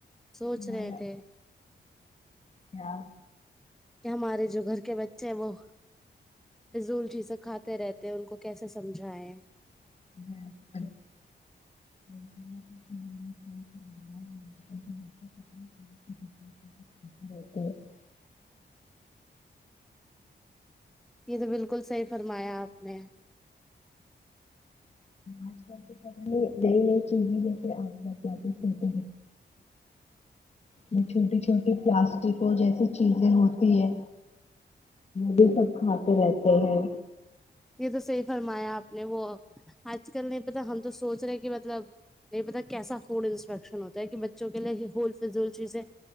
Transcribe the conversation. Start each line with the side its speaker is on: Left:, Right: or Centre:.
Centre: سوچ
Left: ہمارا
Centre: رہے تھے
Left: کیا
Centre: کہ ہمارے جو گھر کے بچے ہیں وہ فضول چیزیں کھاتے رہتے ہیں ان کو کیسے سمجھائے
Left: <inaudible> <inaudible>
Centre: یہ تو بالکل صحیح فرمایا آپ نے
Left: آج کل تو پتہ نئی نئی چیزیں جیسے آنے لیاد سوتے بےھ چھوٹی چھوٹی پلاسٹکوں جیسی چیزیں ہوتی ہے بو سب کھاتے رہتے ہیں
Centre: یہ تو صحیح فرمایا آپ نے وہ آج کل نہیں پتا ہم تو سوچ رہے کہ مطلب نہیں پتا کیسا فوڈ انسپیکشن ہوتا ہے کہ بچوں کے لیے ہوول فضول چیزیں